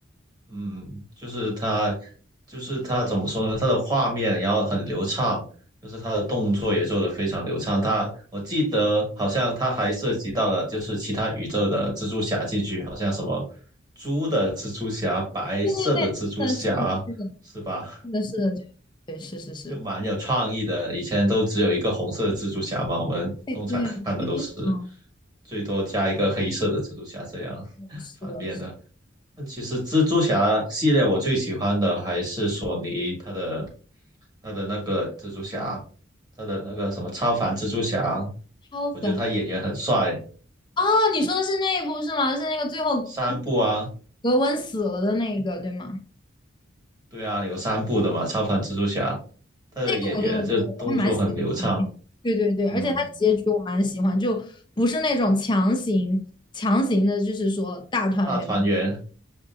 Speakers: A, on the right; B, on the left.
A: 嗯，就是它，就是它怎么说呢？它的画面然后很流畅，就是它的动作也做得非常流畅。它我记得好像它还涉及到了就是其他宇宙的蜘蛛侠进去，好像什么猪的蜘蛛侠、白色的蜘蛛侠，
B: 对对对，是的，是的，
A: 是吧？
B: 是的，是的，是的，对，是是是，
A: 就蛮有创意的。以前都只有一个红色的蜘蛛侠嘛，我们通常看的都是
B: 对对，非常
A: 最多加一个黑色的蜘蛛侠这样 <laughs>
B: 是的，
A: 反面的。
B: 是
A: 那其实蜘蛛侠系列我最喜欢的还是索尼他的他的那个蜘蛛侠，他的那个什么超凡蜘蛛侠，
B: 超凡。
A: 我觉得他演员很帅。
B: 哦，你说的是那一部是吗？是那个最后那个
A: 三部啊，
B: 格温死了的那一个，对吗？
A: 对啊，有三部的嘛，超凡蜘蛛侠，他的演员就动作很流畅，
B: 那个我觉得对，我还蛮喜欢。对对对，而且它结局我蛮喜欢，
A: 嗯，
B: 就不是那种强行强行的，就是说大团圆。
A: 大团圆。